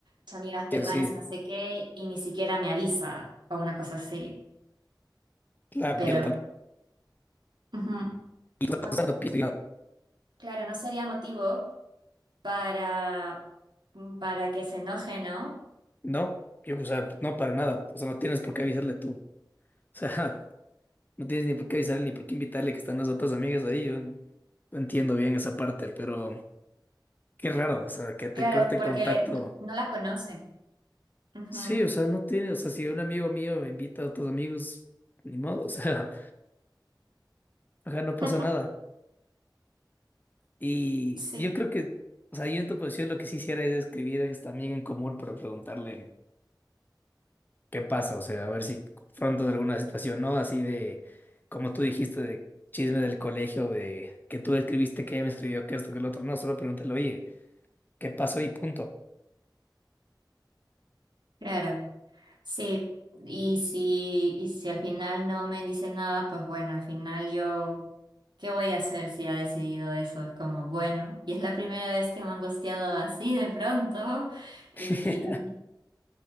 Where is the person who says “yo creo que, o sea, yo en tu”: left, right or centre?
Left